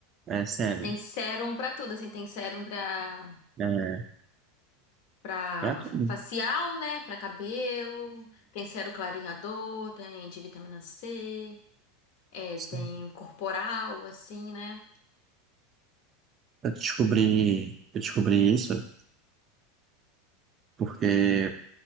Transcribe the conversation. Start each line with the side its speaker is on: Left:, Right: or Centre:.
Right: É, sérum.
Left: Tem sérum pra tudo, assim, tem sérum pra,
Right: É,
Left: pra
Right: pra tudo.
Left: facial, né? Pra cabelo, tem sérum clareador, tem de vitamina C, é,
Right: Sim.
Left: tem corporal, assim, né?
Right: Eu descobri, eu descobri isso porque,